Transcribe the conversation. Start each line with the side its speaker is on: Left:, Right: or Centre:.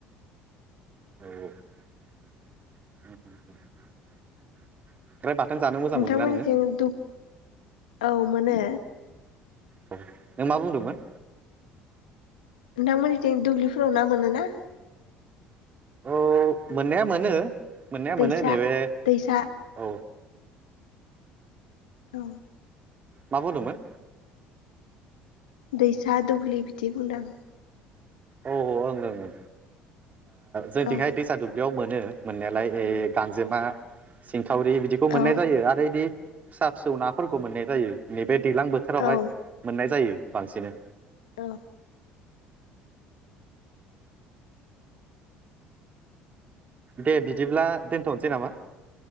Right: औ खांख्राइ बाथोन जानो मोजां
Left: नोंथांमोननिथिं
Right: मोनो ना नोङो?
Left: दुब औ मोनो
Right: औ नों मा बुंदोंमोन?
Left: नोंथांमोनथि दुब्लिफोराव ना मोनो ना?
Right: औ मोननाया मोनो मोननाया
Left: दैसा
Right: मोनो नैबे
Left: दैसा
Right: औ
Left: औ
Right: मा बुंदोंमोन?
Left: दैसा दुब्लि बिदि बुंदां।
Right: औ औ ओं ओं ओ जोंथिंहाय
Left: औ
Right: दैसा दुब्लियाव मोनो मोननायालाय ए गांजेमा सिंखावरि बिदिखौ मोननाय
Left: औ
Right: जायो आरो बे फिसा-फिसौ नाफोरखौ मोननाय जायो नैबे दैलां बोथोरावहाय
Left: औ
Right: मोननाय जायो बांसिनै।
Left: औ।
Right: दे बिदिब्ला दोनथ'नोसै नामा।